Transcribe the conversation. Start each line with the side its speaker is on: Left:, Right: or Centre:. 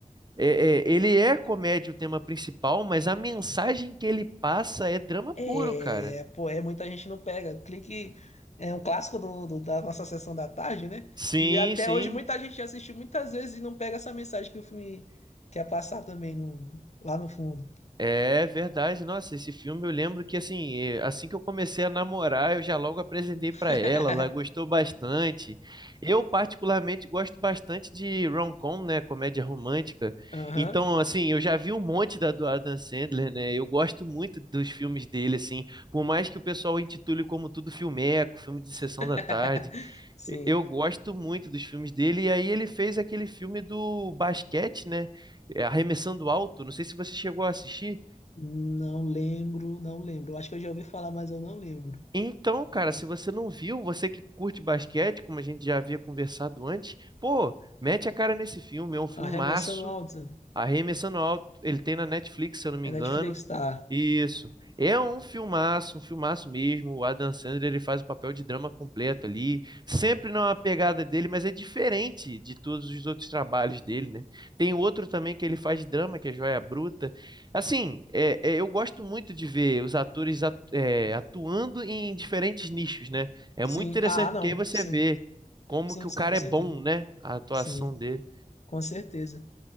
Right: é- é- ele é comédia o tema principal, mas a mensagem que ele passa é drama
Left: É,
Right: puro, cara.
Left: pô, é muita gente não pega. Clique é um clássico do, do- da nossa sessão da tarde, né?
Right: Sim,
Left: E até
Right: sim.
Left: hoje muita gente já assistiu muitas vezes e não pega essa mensagem que o filme quer passar também no, lá no fundo.
Right: É verdade, nossa, esse filme eu lembro que assim, eh, assim que eu comecei a namorar, eu já logo apresentei
Left: <laughs>
Right: pra ela, ela gostou bastante. Eu particularmente gosto bastante de rom-com, né, comédia romântica.
Left: Aham.
Right: Então, assim, eu já vi um monte da do Adam Sandler, né? Eu gosto muito dos filmes dele assim, por mais que o pessoal intitule como tudo filmeco, filme de sessão
Left: <laughs>
Right: da tarde.
Left: Sim.
Right: e- Eu gosto muito dos filmes dele e aí ele fez aquele filme do basquete, né? eh, Arremessando Alto, não sei se você chegou a assistir.
Left: Não lembro, não lembro. Eu Acho que eu já ouvi falar, mas eu não lembro.
Right: Então, cara, se você não viu, você que curte basquete, como a gente já havia conversado antes, pô, mete a cara nesse filme, é um filmaço,
Left: Arremessando alto.
Right: Arremessando Alto, ele tem na Netflix, se eu não me
Left: É
Right: engano.
Left: Netflix? Tá.
Right: Isso. É um filmaço, um filmaço mesmo. O Adam Sandler, ele faz o papel de drama completo ali, sempre numa pegada dele, mas é diferente de todos os outros trabalhos dele, né? Tem outro também que ele faz drama, que é Joia Bruta. Assim, é- é, eu gosto muito de ver os atores atu- é, atuando em diferentes nichos, né? É
Left: Sim.
Right: muito interessante,
Left: Ah, não.
Right: porque aí você
Left: Sim.
Right: vê como
Left: Sim,
Right: que o
Left: sim,
Right: cara
Left: com certeza.
Right: é bom, né? A atuação
Left: Sim,
Right: dele.
Left: com certeza.